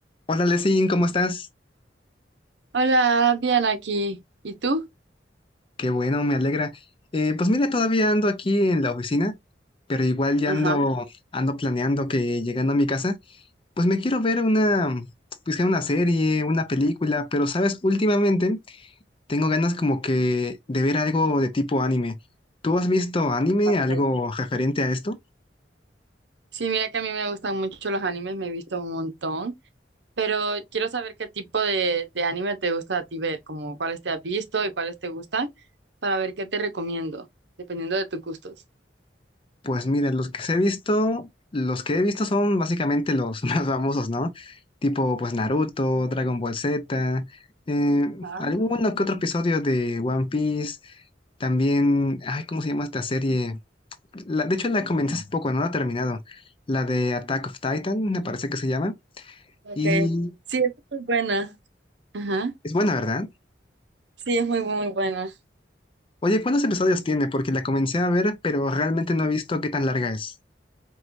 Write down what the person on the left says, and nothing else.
Hola, Lesin, ¿cómo estás?
Qué bueno, me alegra. Eh, pues mira, todavía ando aquí en la oficina, pero igual ya
ando, ando planeando que llegando a mi casa, pues me quiero ver una, pues que una serie, una película, pero sabes, últimamente tengo ganas como que de ver algo de tipo anime. ¿Tú has visto anime,
algo referente a esto?
Pues mira, los que he visto, los que he visto son básicamente los <laughs> más famosos, ¿no? Tipo, pues Naruto, Dragon Ball Z, eh,
alguno que otro episodio de One Piece, también, ay, ¿cómo se llama esta serie? La- de hecho, la comencé hace poco, no la he terminado. La de Attack of Titan, me parece que se llama,
y
es buena, ¿verdad?
Oye, ¿cuántos episodios tiene? Porque la comencé a ver, pero realmente no he visto qué tan larga es.